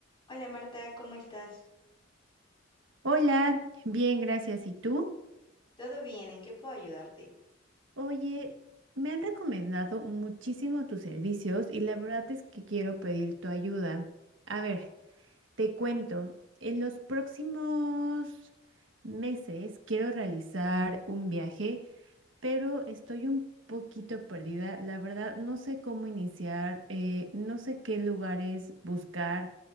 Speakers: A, on the left; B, on the right.
A: Hola Marta, ¿cómo estás?
B: Hola, bien, gracias. ¿Y tú?
A: ¿Todo bien? ¿En qué puedo ayudarte?
B: Oye, me han recomendado muchísimo tus servicios y la verdad es que quiero pedir tu ayuda. A ver, te cuento, en los próximos meses quiero realizar un viaje pero estoy un poquito perdida. La verdad, no sé cómo iniciar, eh, no sé qué lugares buscar,